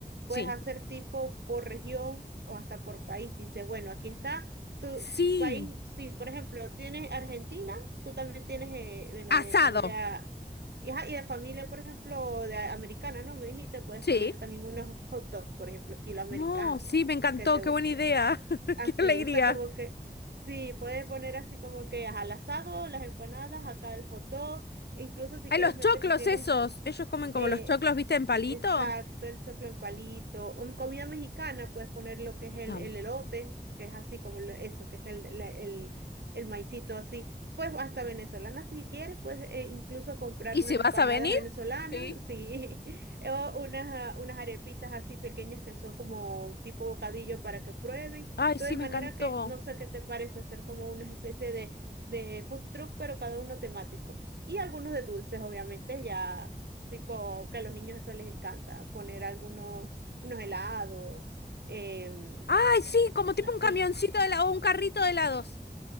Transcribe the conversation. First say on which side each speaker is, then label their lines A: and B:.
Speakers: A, on the right (about 85°); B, on the left (about 85°).
A: puedes
B: sí.
A: hacer tipo por región o hasta por país. Dice, bueno, aquí está tu
B: Sí.
A: país, si por ejemplo tienes Argentina tú también tienes, eh, bueno, de
B: Asado.
A: familia, y, ajá, y de familia, por ejemplo, de a- americana, ¿no? Me dijiste, puedes
B: Sí.
A: poner también unos hot dogs, por ejemplo, estilo americano,
B: No, sí, me encantó.
A: que te
B: Qué
A: guste.
B: buena idea. <laughs>
A: Así,
B: Qué alegría.
A: esa como que, sí, puedes poner así como que ajá, al asado, las empanadas, acá el hot dog, e incluso si
B: Hay
A: quieres
B: los
A: meter,
B: choclos
A: si tienes
B: esos. Ellos comen como
A: eh,
B: los choclos, ¿viste? En palito.
A: Exacto, el choclo en palito. O En comida mexicana puedes poner lo que es el,
B: Tam.
A: el elote, que es así como lo- eso, que es el, la- el, el maicito así. Pues hasta venezolana si quieres, puedes eh, incluso comprar
B: ¿Y
A: unas
B: si vas
A: empanadas
B: a venir?
A: venezolanas,
B: Sí.
A: sí, <laughs> o unas, ah, unas arepitas así pequeñas que son como tipo bocadillo para que prueben.
B: Ay,
A: Entonces,
B: sí,
A: de
B: me
A: manera
B: encantó.
A: que no sé qué te parece hacer como una especie de, de food truck, pero cada uno temático. Y algunos de dulces, obviamente, ya. Tipo, que a los niños eso les encanta, poner algunos unos helados, em,
B: Ay, sí, como tipo
A: así.
B: un camioncito de la- o un carrito de helados.